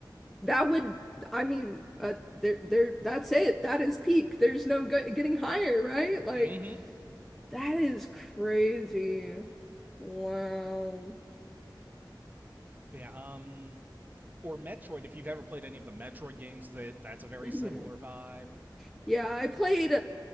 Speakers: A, in the centre; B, on the right.
A: That would, I mean, uh, there, there, that's it. That is peak. There's no go getting higher, right? Like,
B: Mm-hmm.
A: that is crazy. Wow.
B: But yeah, um or Metroid, if you've ever played any of the Metroid games, that that's a very
A: Mhm.
B: similar vibe.
A: Yeah, I played